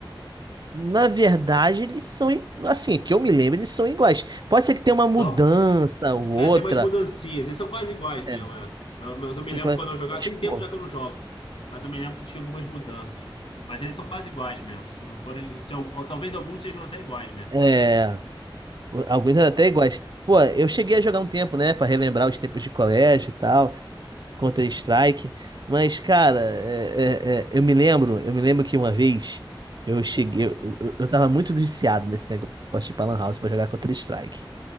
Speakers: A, on the right; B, on the left.
A: Na verdade, eles são, i- assim, que eu me lembro, eles são iguais. Pode ser que tenha uma mudança
B: São?
A: ou outra.
B: É, tem mais mudancinhas. Eles são quase iguais mesmo,
A: É,
B: é. Eu- mas eu
A: essa
B: me lembro
A: coisa-
B: quando eu jogava.
A: mas,
B: Tem tempo
A: pô,
B: já que eu não jogo. Mas eu me lembro que tinha algumas mudanças. Mas eles são quase iguais mesmo. Se não forem. Se, eu- ou talvez alguns sejam até iguais mesmo.
A: é, o- alguns eram até iguais. Pô, eu cheguei a jogar um tempo, né, Pra relembrar os tempos de colégio e tal. Counter-Strike. Mas, cara, é- é- é, eu me lembro, eu me lembro que uma vez eu cheguei, eu, eu, eu tava muito viciado nesse negócio de ir pra Lan House pra jogar Counter-Strike.